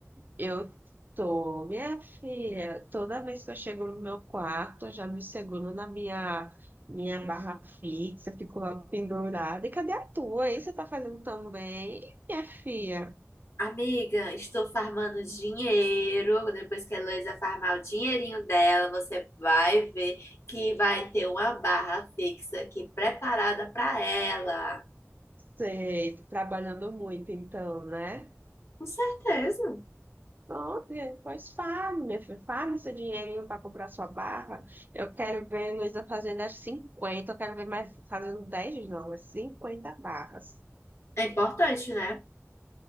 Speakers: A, on the right; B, on the left.
A: eu tô, minha filha, toda vez que eu chego no meu quarto, eu já me seguro na minha, minha barra fixa, fico lá pendurada. E cadê a tua? Aí você tá fazendo também, minha filha?
B: Amiga, estou farmando dinheiro. Depois que a Heloísa farmar o dinheirinho dela, você vai ver que vai ter uma barra fixa aqui preparada para ela.
A: Sei, tô trabalhando muito então, né?
B: Com certeza.
A: Pronto, pois fale, minha filha, fale seu dinheirinho para comprar sua barra. Eu quero ver Luísa fazendo as 50, eu quero ver mais fazendo 10 não, as 50 barras.
B: É importante, né?